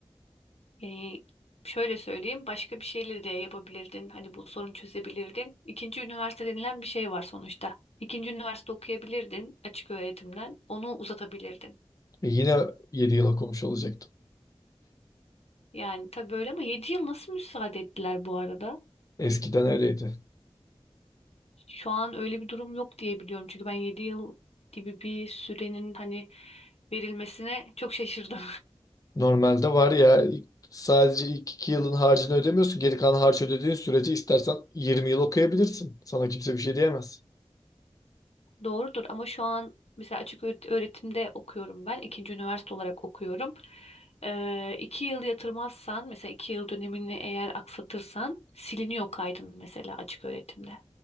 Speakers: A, on the left (about 80°); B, on the left (about 35°).
A: Yani şöyle söyleyeyim başka bir şeyle de yapabilirdin hani bu sorunu çözebilirdin. İkinci üniversite denilen bir şey var sonuçta. İkinci üniversite okuyabilirdin açık öğretimden onu uzatabilirdin.
B: E yine yedi yıl okumuş olacaktım.
A: Yani tabii böyle ama 7 yıl nasıl müsaade ettiler bu arada?
B: Eskiden öyleydi.
A: Şu an öyle bir durum yok diye biliyorum. Çünkü ben 7 yıl gibi bir sürenin hani verilmesine çok şaşırdım.
B: Normalde var ya ilk- sadece ilk 2 yılın harcını ödemiyorsun. Geri kalan harcı ödediğin sürece istersen 20 yıl okuyabilirsin. Sana kimse bir şey diyemez.
A: <laughs> Doğrudur ama şu an mesela açık öğret- öğretimde okuyorum ben. İkinci üniversite olarak okuyorum. Ee, iki yıl yatırmazsan mesela iki yıl dönemini eğer aksatırsan siliniyor kaydın mesela açık öğretimde.